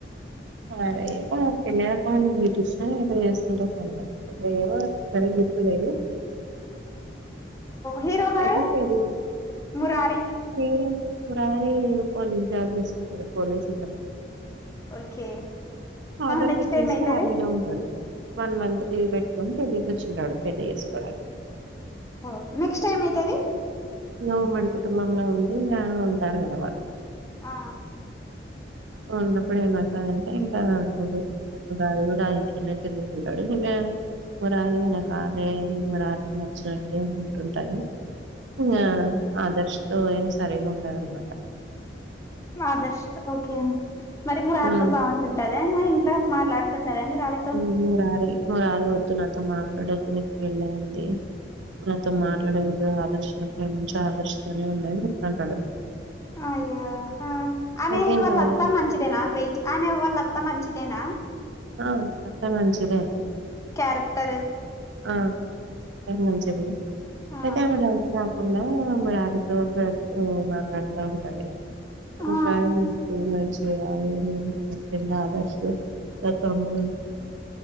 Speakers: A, on the right (about 75°); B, on the left (about 15°).
A: అది అయితే తెలియదు కానీ బ్యూటీషన్ ఏదో చేసుకుంటది తను ఏమో సరిగ గుర్తులేదు
B: హీరో గాడు
A: అయితే సరే
B: మురారి
A: మీరు మురారి పోలీస్ జాబ్ జేసుకుంటడు పోలీస్ అతను
B: ఓకే
A: ఆదర్శ్
B: నెక్స్ట్
A: అచ్చేసి
B: ఏమైతది
A: ఆర్మీలో ఉంటడు వన్ మంత్ లీవ్ పెట్టుకొని పెళ్లికి వచ్చుంటాడు పెళ్లి చేసుకోవడానికి
B: హో నెక్ట్ టైమ్ అయితది
A: నో ఉమ్మడి కుటుంబంలో ఉండి ఇంగ ఉంటారు కదా వాళ్ళు
B: ఆ
A: ఉన్నప్పుడే మాకు అంటే ఇంకా ఆ <inaudible> గాడు కూడ ఇంట్లోనే తిరుగుతుంటాడు మిమె <inaudible> మురారికి న కాలే మురారికి నచ్చినట్టే ఉంటుంటది ఇంగ ఆదర్శ్ తో ఏం సరిగ ఉండదన్నమాట
B: మా ఆదర్శ్ ఓకే మరి మురారితో
A: ఉమ్
B: బాగుంటుందా మరి ఇంట్లో మాట్లాడుతుంటద మురారితో
A: ఉమ్ మురారి మురారి వద్దు నాతో మాట్లాడకు నీకు పెళ్ళి అయింది నాతో మాట్లాడే విధ ఆదర్శ్ వింటే ఆదర్శ తోనే ఉండయని చెప్తుంటాడు <inaudible>
B: అయ్యా ఆ ఆమె
A: అయితే ఇంక
B: వాళ్ళత్తా
A: వాళ్ళ
B: మంచిదేనా వెయిట్ ఆమె వాళ్ళత్తా మంచిదేనా
A: ఆ అత్త మంచిదే
B: క్యారెక్టర్
A: ఆ మంచి <unintelligible>
B: ఆ
A: <unintelligible> ఫ మరు ఆధిక ఆ మాట్లాడుతా ఉంటే <unintelligible>
B: ఆ
A: మంచిది కాదు ఆదర్శం తమ్ము